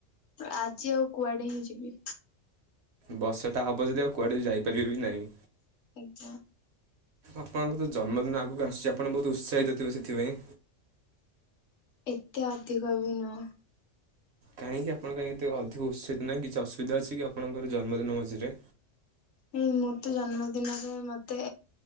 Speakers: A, on the left (about 70°); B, on the right (about 65°).
A: ଆଜି ଆଉ କୁଆଡେ ହିଁ ଯିବି।
B: ବର୍ଷାଟା ହବ ଯଦି ଆଉ କୁଆଡେ ବି ଯାଇପାରିବେ ବି ନାହିଁ।
A: ଆଜ୍ଞା।
B: ଆପଣଙ୍କ ତ ଜନ୍ମଦିନ ଆଗକୁ ଆସୁଚି ଆପଣ ବହୁତ ଉତ୍ସାହିତ ଥିବେ ସେଥିପାଇଁ
A: ଏତେ ଅଧିକ ବି ନୁହଁ।
B: କାହିଁକି ଆପଣ କାଇଁ ଏତେ ଅଧିକ ଉତ୍ସାହିତ ନାହିଁ କିଛି ଅସୁବିଧା ଅଛି ଆପଣଙ୍କର ଜନ୍ମଦିନ ମଝିରେ
A: ଏ ମୋ ତେ ଜନ୍ମଦିନରେ ମତେ।